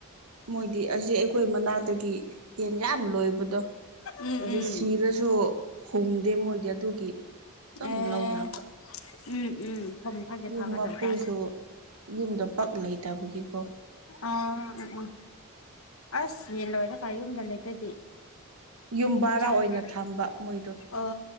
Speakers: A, on the right (about 80°); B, on the left (about 65°).
A: ꯃꯣꯏꯗꯤ ꯑꯁꯤ ꯑꯩꯈ ꯑꯩꯈꯣꯏ ꯃꯅꯥꯛꯇꯒꯤ ꯌꯦꯟ ꯌꯥꯝ ꯂꯣꯏꯕꯗꯣ
B: ꯎꯝ
A: ꯑꯗꯨ
B: ꯎꯝ
A: ꯁꯤꯔꯁꯨ ꯗꫭ ꯍꫭꯡꯗꯦ ꯃꯣꯏꯗꯤ ꯑꯗꯨꯒꯤ ꯑꯗꯨꯝ
B: ꯑꯦ
A: ꯂꯧꯅꯕ
B: ꯎꯝ ꯎꯝ ꯐꯝ ꯈꯔꯗꯤ
A: ꯌꯨꯝ
B: ꯐꯒꯗꯧꯕ
A: ꯃꯄꯨꯁꯨ ꯌꯨꯝꯗ ꯄꯛ ꯂꯩꯇꯕꯒꯤꯀꯣ
B: ꯑ ꯎ ꯎꯝ ꯑꯁ ꯌꯦꯟ ꯂꯣꯏꯔꯒ ꯋꯨꯝꯗ ꯂꯩꯇꯗꯤ
A: ꯌꯨꯝ ꯕꯥꯔꯥ
B: ꯆꯥꯛꯇꯤ
A: ꯑꯣꯏꯅ ꯊꯝꯕ ꯃꯣꯏꯗꯣ ꯑꯗꯨ
B: ꯑꯣ